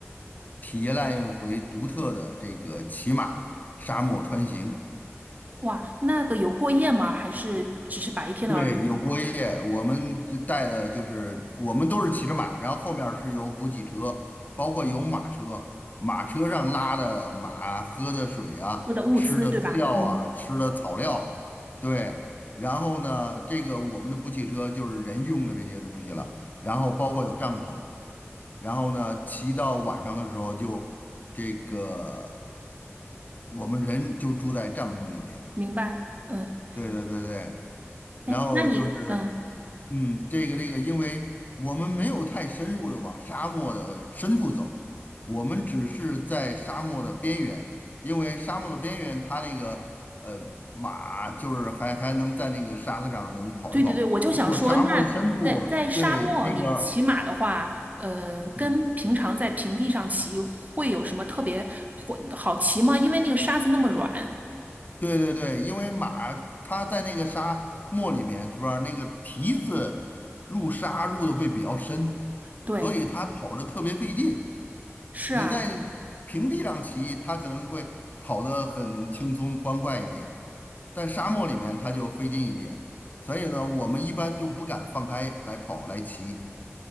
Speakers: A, on the left; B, on the right.
A: 体验了一回独特的这个骑马沙漠穿行。
B: 哇，那个有过夜吗？还是只是白天的而已？
A: 对，有过夜，我们带的就是我们都是骑着马，然后后面儿是有补给车，包括有马车，马车上拉的马喝的水啊，
B: 喝的物资对吧？
A: 吃的饲料啊，
B: 嗯，
A: 吃的草料，对。然后呢，这个我们的补给车就是人用的这些东西了，然后包括有帐篷，然后呢，骑到晚上的时候就这个我们人就住在帐篷里面，
B: 明白。嗯，
A: 对对对对。然后就是，
B: 哎，那你嗯。
A: 嗯，这个这个，因为我们没有太深入的往沙漠的深处走，我们只是在沙漠的边缘，因为沙漠的边缘它那个呃马就是还还能在那个沙子上能跑一跑，
B: 对对对，我就想说，
A: 如果沙漠的深处，
B: 那在在沙漠里骑马的话，
A: 对那个
B: 呃，
A: 嗯。
B: 跟平常在平地上骑会有什么特别会好骑吗？因为那个沙子那么软。
A: 对对对，因为马它在那个沙漠里面是吧？那个蹄子入沙入的会比较深，
B: 对，
A: 所以它跑着特别费劲。
B: 是啊。
A: 你在平地上骑，它可能会跑得很轻松欢快一点，但沙漠里面它就费劲一点。所以呢，我们一般就不敢放开来跑来骑，